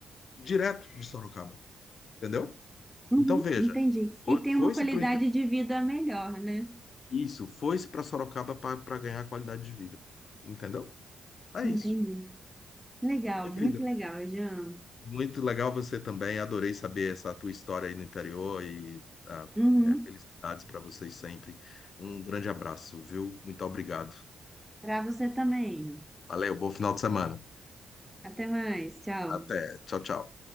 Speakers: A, on the left (about 55°); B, in the centre.
A: direto de Sorocaba, entendeu?
B: uhum,
A: Então, veja,
B: entendi.
A: foi,
B: E tem
A: foi-se
B: uma qualidade
A: pro,
B: de vida melhor, né?
A: isso, foi-se para Sorocaba para ganhar qualidade de vida, entendeu? É
B: Entendi.
A: isso.
B: Legal,
A: Minha querida,
B: muito legal, Jean.
A: muito legal você também. Adorei saber essa tua história aí no interior e ah,
B: Uhum.
A: é, felicidades para vocês sempre. Um grande abraço, viu? Muito obrigado.
B: Para você também.
A: Valeu, bom final de semana.
B: Até mais, tchau.
A: Até. Tchau, tchau.